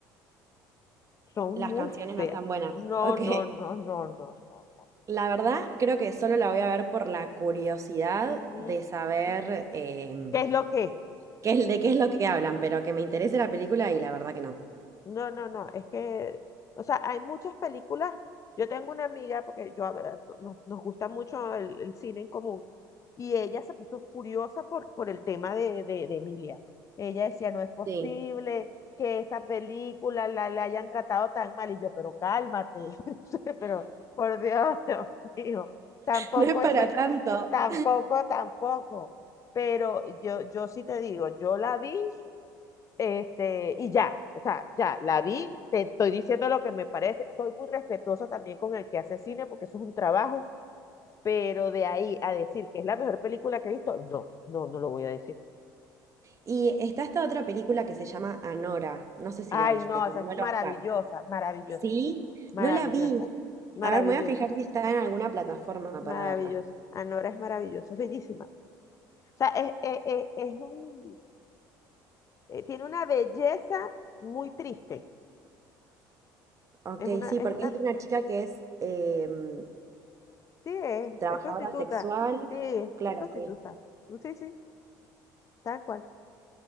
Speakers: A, on the left; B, on the right.
A: son
B: Las
A: muy
B: canciones
A: feas.
B: no están buenas.
A: No,
B: Ok.
A: no, no, no, no. no.
B: La verdad, creo que solo la voy a ver por la curiosidad
A: Ujú.
B: de saber em,
A: ¿Qué es lo que es?
B: qué es, de qué es lo que hablan, pero que me interese la película y la verdad que no.
A: No, no, no, es que, o sea, hay muchas películas. Yo tengo una amiga, porque yo a ver, no- no- nos gusta mucho el, el cine en común, y ella se puso furiosa por, por el tema de, de, de Emilia. Ella decía, no es posible
B: Sí.
A: que esa película la, la hayan tratado tan mal, y yo, pero cálmate, <laughs> pero por Dios, <laughs> Dios mío, tampoco
B: No es para
A: es que,
B: tanto.
A: tampoco, tampoco, pero yo, yo sí te digo, yo la vi este, y ya, o sea, ya, la vi, te estoy diciendo lo que me parece, soy muy respetuosa también con el que hace cine porque eso es un trabajo, pero de ahí a decir que es la mejor película que he visto, no, no, no lo voy a decir.
B: Y está esta otra película que se llama Anora. No sé si
A: Ay,
B: la viste,
A: no,
B: que
A: esa
B: ganó
A: es
B: el
A: maravillosa,
B: Oscar.
A: maravillosa,
B: Sí,
A: maravillosa,
B: no la vi.
A: maravillosa,
B: A ver, me voy a fijar si está en alguna plataforma
A: maravillosa.
B: para verla.
A: Anora es maravillosa, es bellísima. O sea, es, es, es, es un, eh, tiene una belleza muy triste.
B: Ok,
A: Es una,
B: sí,
A: es
B: porque
A: una,
B: es de una chica que es em,
A: sí, es,
B: trabajadora
A: es prostituta,
B: sexual.
A: sí, es
B: Claro,
A: prostituta.
B: sí.
A: Sí, sí, Tal cual,